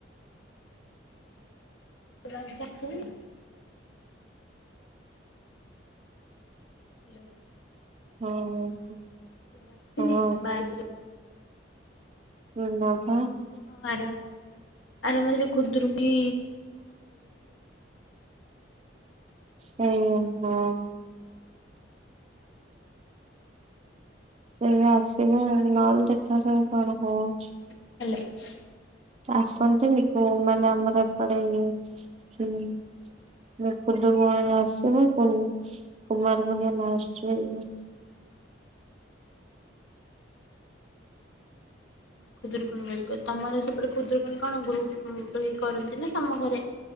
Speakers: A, on the left; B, on the right.
A: ତୁ ଆଜି ଆସିବୁନି? ହ୍ୟାଲୋ <inaudible>
B: ହଁ।
A: <inaudible>
B: ହଁ ନାଁ <unintelligible>
A: <unintelligible> ଆର ମାସରେ ଖୁଦୁରୁକୁଣି
B: ସେଇଆ ହଁ। ସେଇ ଆସିବ ନ ହେଲେ ଦେଖାଯାଉ କଣ ହଉଛି।
A: ହାଲୋ।
B: ଆସନ୍ତିନି କୋଉ ମାନେ ଆମର ଏପଟେ ଇଏ <unintelligible> ଖୁଦରୀକୁଣିରେ ଆସିବେ ପୁଣି କୁମାର ପୁର୍ଣିମା ଲାଷ୍ଟ ରେ ଯିବେ।
A: ଖୁଦୁରୁକୁଣୀ ବେଳୁକୁ ତମର ସେପଟେ ଖୁଦୁକୁଣଣି କଣ ଗ୍ରୁପ୍ ହେଇ କରନ୍ତି ନା ତମ ଘରେ,